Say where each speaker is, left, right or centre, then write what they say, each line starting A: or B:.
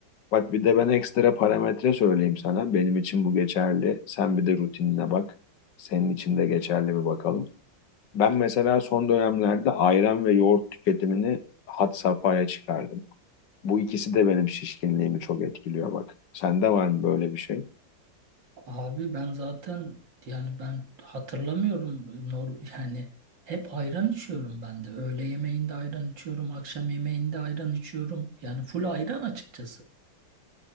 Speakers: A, on the left (about 70°); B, on the right (about 75°).
A: Bak bir de ben ekstra parametre söyleyeyim sana. Benim için bu geçerli. Sen bir de rutinine bak. Senin için de geçerli mi bakalım. Ben mesela son dönemlerde ayran ve yoğurt tüketimini had safhaya çıkardım. Bu ikisi de benim şişkinliğimi çok etkiliyor bak. Sende var mı böyle bir şey?
B: Abi ben zaten yani ben hatırlamıyorum nor yani hep ayran içiyorum ben de. Öğle yemeğinde ayran içiyorum, akşam yemeğinde ayran içiyorum. Yani full ayran açıkçası.